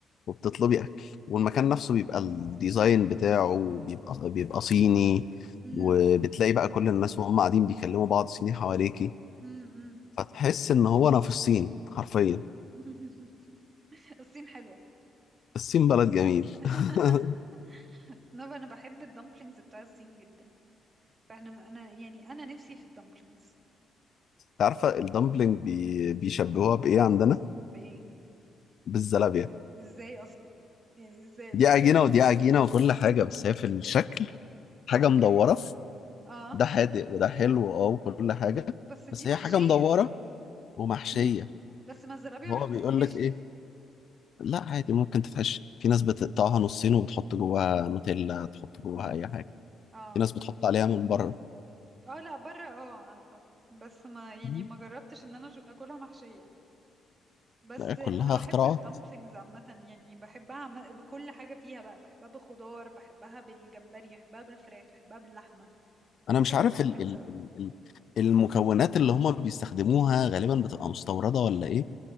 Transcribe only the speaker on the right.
امم
امم
<laughs> الصين حلوة
<laughs>
نبقى أنا بحب الدمبلينجز بتاع الصين جدا فاحنا أنا يعني أنا نفسي في الدمبلينجز
بإيه
إزاي أصلا يعني إزاي
جت
أوكي
اه
بس دي
محشية
امم بس ما الزرابية
مش بتتحشي
امم
اه
اه لا بره اه عارفة بس ما يعني
ما جربتش ان انا أش- اكلها محشية بس انا
بحب
الدمبلينجز عامه يعني بحبها عم... بكل حاجه فيها بقى بحبها بخضار بحبها بالجمبري بحبها بالفراخ بحبها باللحمه
بحب
الدمبلينجز
قوي